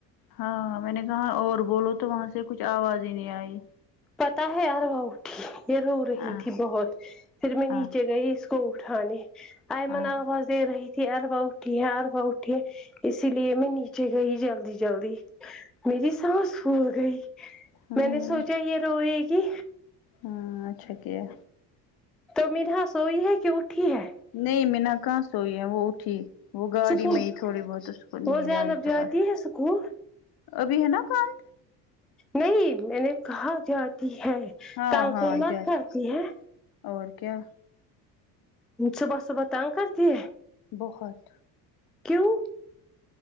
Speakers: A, on the left (about 45°); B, in the centre.
A: ہاں میں نے کہاں اور بولو تو وہاں سے کچھ آواز ہی نہیں آئی
B: پتا ہے یا اروا اٹھی یہ رو رہی
A: ہاں
B: تھی بہت پھر میں نیچے
A: ہاں
B: گئی اس کو اٹھانے آئمن
A: ہاں
B: آواز دے رہی تھی اروا یہاں اروا اٹھی ہے اسی لیے میں نیچے گئی جلدی جلدی میری ساس پھول گئی
A: ہاں
B: میں نے سوچا یہ روئے گی
A: ہاں اچھا کیا
B: تو مدھا سوئی ہے کہ اٹھی ہے
A: نہیں منہا کہاں سوئی ہے وہ اٹھی وہ گاڑی
B: سکول
A: میں ہی تھوڑی بہت اس کو
B: وہ
A: نیند
B: زینب
A: آئی تو
B: جاتی
A: بس
B: ہے سکول
A: ابھی ہے نا پانڈ
B: نہیں میں نے کہاں جاتی ہے
A: ہاں
B: تان
A: ہاں
B: کو مت
A: جاتے
B: کرتی ہے
A: اور کیا
B: صبح صبح تنگ کرتی ہے
A: بہت
B: کیوں